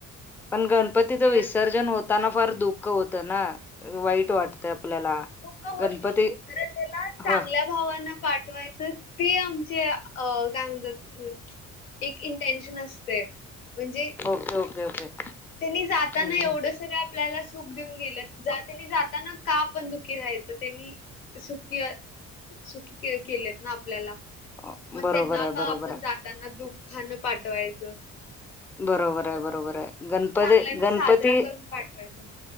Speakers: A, in the centre; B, on the left.
A: पण गणपतीचं
B: म्हणजे
A: विसर्जन होताना
B: धूमधाम
A: फार दुःख होतं ना वाईट वाटतं आपल्याला
B: दुःख हो
A: गणपती
B: तर त्याला चांगल्या
A: हो
B: भावांना पाठवायचं ते आमचे अ काय म्हणतात. एक इंटेनशन असते म्हणजे
A: ओके ओके ओके.
B: त्यांनी जाताना
A: हम्म
B: एवढस का आपल्याला सुख देऊन गेले त्यांनी जाताना का पण दुखी राहायचं त्यांनी. सुखी सुखी केलेत ना आपल्याला
A: हम्म.
B: मग
A: बरोबर
B: त्यांना
A: आहे
B: का
A: बरोबर
B: आपण जाताना दुःखान पाठवायचं.
A: बरोबर आहे बरोबर आहे गणपती
B: चांगल्यान
A: गणपती
B: साजरा करून पाठवायचा